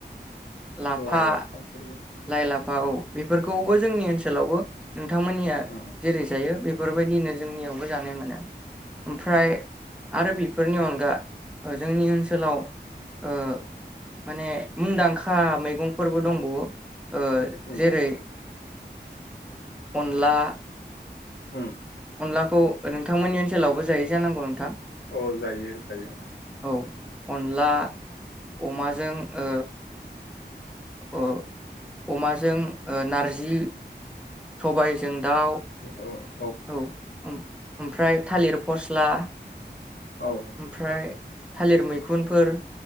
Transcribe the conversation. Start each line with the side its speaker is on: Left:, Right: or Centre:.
Centre: लाफा
Left: लाय लाफाफोर।
Centre: लाइ लाफा औ बेफोरखौबो जोंनि ओनसोलावबो। औ। नोंथांमोननिया
Left: उम
Centre: जेरै जायो बे। बेफोरबायदिनो जोंनियावबो जानो मोनो। ओमफ्राय आरो बे। बेफोरनि अनगा जोंनि ओनसोलाव ओ माने मुंदांखा मैगंफोरबो दंबावो। ओ
Left: उम
Centre: जेरै। अनला।
Left: उम।
Centre: अनलाखौ नोंथांमोननि ओनसोलावबो जायो जानांगौ नोंथां।
Left: औ जायो जायो।
Centre: औ अनला अमाजों ओ अ अमाजों ओ नारजि सबायजों दाउ
Left: अ
Centre: औ उम ओमफ्राय थालिर फस्ला
Left: औ
Centre: ओमफ्राय थालिर मैखुनफोर।